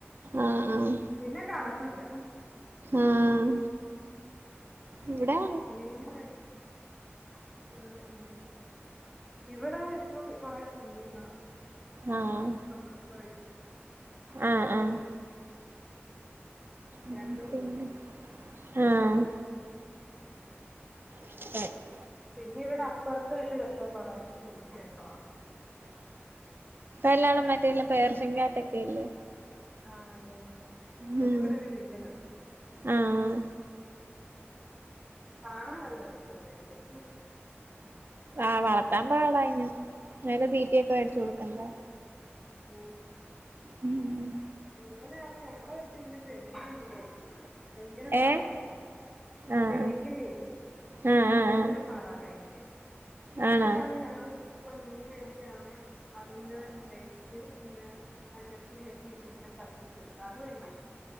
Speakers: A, on the right; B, in the centre.
A: ആഹ് ആഹ്
B: പിന്നെ കാണത്തില്ല
A: ആഹ് ഇവിടാ
B: <unintelligible> ഉം ഉം ഇവിടെ ഇപ്പം കൊറെ <unintelligible>
A: ആഹ് ആഹ് ആഹ് ഉം
B: രണ്ട് കുഞ്ഞുങ്ങള്
A: പിന്നെ ആഹ് <unintelligible>
B: പിന്നെ ഇവിടെ അപ്പുറത്ത് വീട്ടിലൊക്കെ കൊറേ നോക്കിയ <inaudible>
A: എല്ലാളും മറ്റേല്ല പേർഷ്യൻക്യാറ്റൊക്കെ ഇല്ലെ
B: ആഹ് അതെതെ
A: ഉം
B: ഇവിടെ ഒരു വീട്ടിൽ <unintelligible>
A: ആഹ്
B: <unintelligible>
A: ആഹ് വളർത്താൻ പാടായിന് നല്ല തീറ്റയൊക്കെ വേടിച്ചു കൊടുക്കണ്ടേ
B: ആണ്
A: ഉം ഉം
B: ഇവനാണ് ഞങ്ങള വീട്ടിൽ ന്നെ പെഡീഗ്രീ ഒന്നും വാങ്ങിക്കതില്ല ഭയങ്കര പാവയിട്ട്
A: ഏഹ് ആഹ്
B: പേഡിഗ്രിയേ
A: ആഹ് ആഹ്
B: ഭയങ്കരപാടാ
A: ആഹ്
B: കഴിക്കാൻ ഇവനാണേ
A: ആണോ ആഹ്
B: ഞങ്ങൾ മീൻ മേടിക്കുവാണേ അതിന്റെ വേസ്റ്റ് <unintelligible> മല്ലപ്പൊടിയൊക്കെ ഇ- ഇങ്ങനെ പറ്റിച്ചു വെ അതു ഭയങ്കര ഇഷ്ടവ-